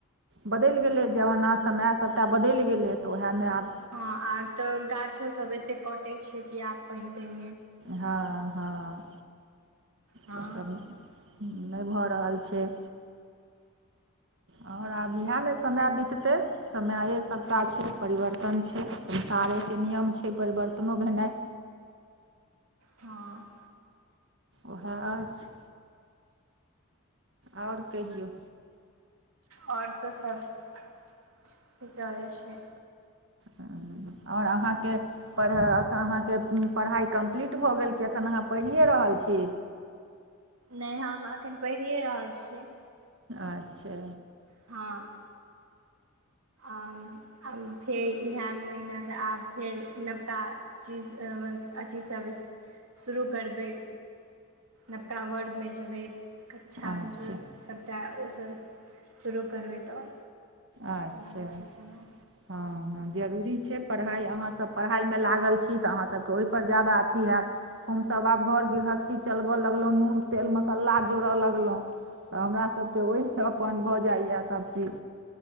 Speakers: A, on the right (about 55°); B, on the right (about 75°).
A: बदैल गेलै जमाना समय सबटा बदैल गेलै तऽ वएहमे आब
B: हँ आब तऽ गाछो सब एते कटे छैय कि आब पाइन ताइन
A: हँ- हँ
B: हँ
A: तऽ सभ नहि भऽ रहल छैय। आओर आब इएह ने समय बिततै। समयै सबटा छै, परिवर्तन छै, संसारेके नियम छै परिवर्तनो भेनाइ।
B: हँ।
A: उहाए छैय। आओर कहियौ।
B: आओर तऽ सब ठीकै चलै छैय।
A: हाँ आओर अहाँके। पढ़ाए एखन अहाँके उ पढ़ाइ कम्प्लीट भऽ गेल कि एखन अहाँ पैढ़िए रहल छी।
B: नै हम अखन पढ़ियै रहल छियै।
A: अच्छा।
B: हाँ। आम-आम फेर इहाए महिनासँ आब फेर नवका चीज अथी सब शुरू करबै, नवका वर्ग में जेबै, कक्षा
A: अच्छा
B: में जेबै। सभटा ओसँ शुरू करबै तऽ।
A: अच्छा
B: लगै छै समय
A: हां-हां। जरूरी छै पढ़ाई, अहाँसभ पढ़ाइमे लागल छी, तऽ अहाँसभके ओहिपर ज्यादा अथि हैत। हमसब आब घर गृहस्थी चलबय लगलहुँ, नून, तेल मसाला जोड़य लगलहुँ। तऽ हमरा सभके ओहिसँ अपन भऽ जाइये सभ चीज।